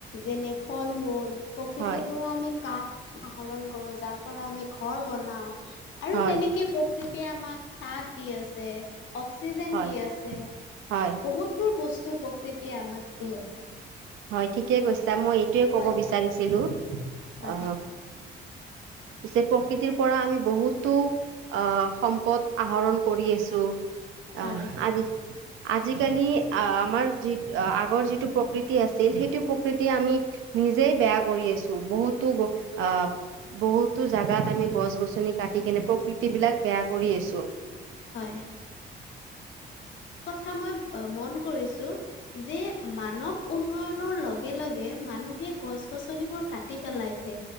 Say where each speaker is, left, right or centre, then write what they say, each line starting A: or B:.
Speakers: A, on the left; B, on the right.
A: যেনে ফল-মূল প্ৰকৃতিৰ
B: হয়
A: পৰা আমি কাঠ আহৰণ কৰো যাৰ পৰা আমি ঘৰ বনাওঁ আৰু
B: হয়
A: তেনেকে প্ৰকৃত তে আমাক চাহ দি আছে, অক্সিজেন
B: হয়
A: দি আছে,
B: হয়
A: বহুতবোৰ বস্তু প্ৰকৃতিয়ে আমাক দি আছে।
B: হয় ঠিকে কৈছা মই এইটোৱে ক'ব
A: হয়,
B: বিচাৰিছিলো
A: হয়,
B: অ,
A: <inaudible>
B: পিছে প্ৰকৃতিৰ পৰা আমি বহুতো অ, সম্পদ আহৰণ কৰি আছো।
A: হয়,
B: আহ, আজি আজিকালি আ, আমাৰ যিটো আগৰ যিটো প্ৰকৃতি <unintelligible> আছিল সেইটো প্ৰকৃতি আমি নিজেই বেয়া কৰি আছো বহুতো <unintelligible> আ বহুতো জাগাত আমি গছ -গছনি কাটি কেনে প্ৰকৃতি বিলাক বেয়া কৰি আছো।
A: হয়। থা মই অ, মন কৰিছো যে মানৱ উন্নয়নৰ লগে লগে মানুহে সেই গছ -গছনিবোৰ কাটি পেলাইছে।